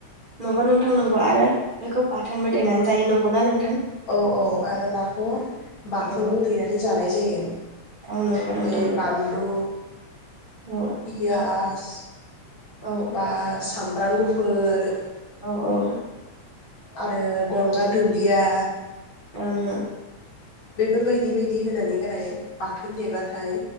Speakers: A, on the right; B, on the left.
A: नंगौ नोंथां नंगौ आरो बेखौ बाथोनबो देनानै जायो नंगौना नों
B: औ औ आरो ला अ बाथोनबो
A: औ
B: देनानै जानाय जायो। <unintelligible>
A: औ नंगौ नोंथां
B: ओइ
A: नंगौ
B: बानलु
A: औ
B: पियाज
A: औ
B: बा सामब्रां गुफुर
A: औ औ।
B: आरो गंगार दुनदिया
A: ओं ओं।
B: बेफोर बायदि बायदि होनानै गाराय बाथोन देबाथाय